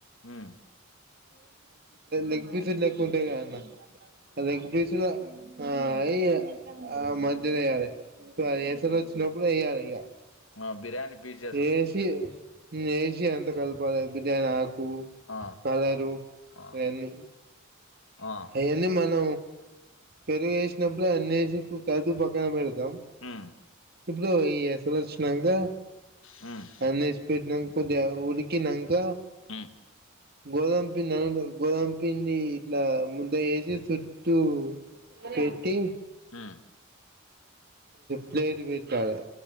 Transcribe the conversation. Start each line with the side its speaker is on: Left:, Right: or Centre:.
Left: హ్మ్.
Right: లెగ్ పీస్ లెక్క ఉంటుంన్నా లెగ్ పిసులు ఆ అయ ఆ మధ్యలో వేయ్యాలి ఇప్పుడు ఏసరూ వచ్చినప్పుడు వేయ్యాలి కదా
Left: ఆ బిర్యానీ పిస్
Right: ఏసి ఏసి అంత కలిపాలీ బిర్యానీ ఆకు
Left: ఆ
Right: కలరు
Left: ఆ
Right: అవన్నీ
Left: ఆ
Right: అవన్నీ మనం పెరుగు వేసినప్పుడు అన్నేసి కాదు పక్కన పెడతాం
Left: హ్
Right: ఇప్పుడు ఈ ఎసరూ వచ్చినంక
Left: హ్మ్.
Right: అన్నేసి పెట్టినాక కొద్దిగా ఉడికి ఉడికినంక
Left: హ్మ్.
Right: గోదాం పిండి అని గోదాం పిండి ఇట్లా ముద్ద వేసి చుట్ చుట్టు పెట్టి
Left: హ్మ్.
Right: ప్లేట్ పెట్టాలే